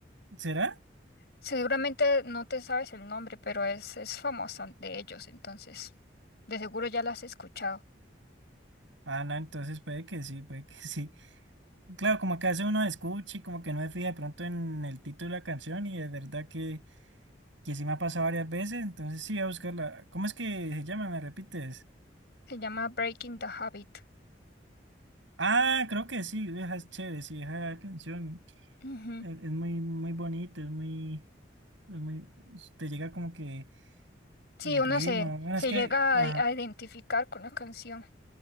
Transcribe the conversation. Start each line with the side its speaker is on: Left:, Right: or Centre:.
Right: ¿Será?
Left: seguramente no te sabes el nombre, pero es, es famosa de ellos, entonces de seguro ya la has escuchado.
Right: Ah, no, entonces puede que sí, puede que <laughs> sí. Claro, como que hace uno escucha y como que no se fija de pronto en el título de la canción y es verdad que que sí me ha pasado varias veces, entonces sí, voy a buscarla. ¿Cómo es que se llama? ¿Me repites?
Left: Se llama Breaking the Habit.
Right: Ah, creo que sí, vieja es chévere, sí, esa canción
Left: Ujú.
Right: eh, es muy, muy bonita, es muy, es muy, es- te llega como que
Left: Sí,
Right: el
Left: uno
Right: ritmo,
Left: se,
Right: bueno,
Left: se
Right: es que,
Left: llega
Right: ajá,
Left: a, a identificar con la canción.